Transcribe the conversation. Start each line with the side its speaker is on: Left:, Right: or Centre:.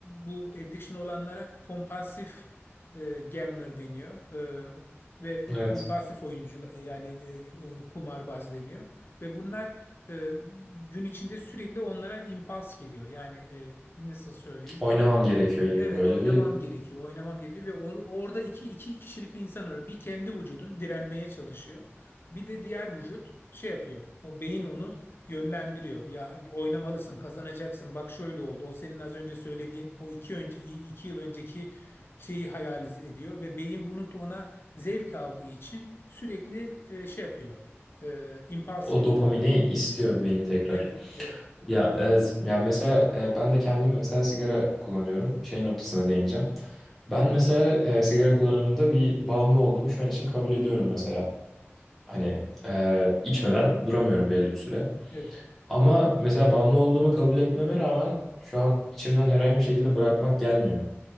Left: bu addiction olanlara kompulsif e, gambler deniyor e, ve e,
Centre: evet.
Left: kompulsif oyuncular yani e, e, kumarbaz deniyor ve bunlar e, gün içinde sürekli onlara impuls geliyor. Yani e, nasıl söyleyeyim?
Centre: Oynamam gerekiyor gibi
Left: Evet
Centre: böyle
Left: oynamam
Centre: bir
Left: gerekiyor. Oynamam gerekiyor ve onu, orada iki, iki kişilikli insan var. Bir kendi vücudun direnmeye çalışıyor. Bir de diğer vücut şey yapıyor. O beyin onu yönlendiriyor. Ya oynamalısın, kazanacaksın. Bak şöyle oldu. O senin az önce söylediğin o iki önce iki yıl önceki şeyi hayal ediyor ve beyin bunu ona zevk aldığı için sürekli e, şey yapıyor. E, impulse
Centre: o
Left: veriyor.
Centre: dopamini istiyor beyin tekrar.
Left: Evet, evet,
Centre: Ya evet. Yani mesela e, ben de kendim mesela sigara kullanıyorum. Şey noktasına değineceğim. Ben mesela e, sigara kullanımında bir bağımlı olduğumu şu an için kabul ediyorum mesela. Hani e, içmeden duramıyorum belli bir süre.
Left: evet.
Centre: Ama mesela bağımlı olduğumu kabul etmeme rağmen şu an içimden herhangi bir şekilde bırakmak gelmiyor.